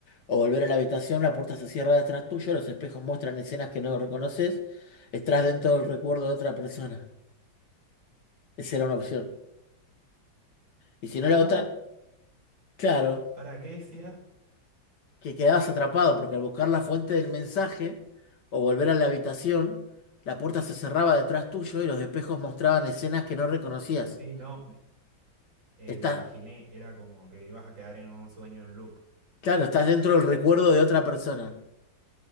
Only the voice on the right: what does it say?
¿Cómo?
¿Para qué decía?
Sí, no, me, eh,
me imaginé, era como que ibas a quedar en un sueño en loop.